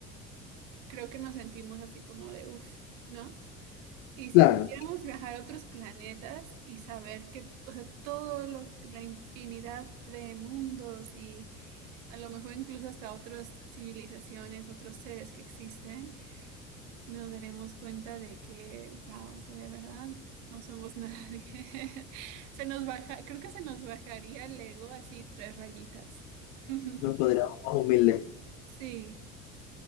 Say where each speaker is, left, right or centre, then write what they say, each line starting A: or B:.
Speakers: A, on the right; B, on the left.
A: creo que nos sentimos así como de uff, ¿no? Y si
B: Claro,
A: pudiéramos viajar a otros planetas y saber que, o sea, todo lo, la infinidad de mundos y a lo mejor incluso hasta otras civilizaciones, otros seres que existen, nos daremos cuenta de que, wow, o sea, de verdad no somos nadie. <laughs> Se nos baja, creo que se nos bajaría el ego así tres rayitas. <laughs>
B: nos podríamos más humildes.
A: Sí.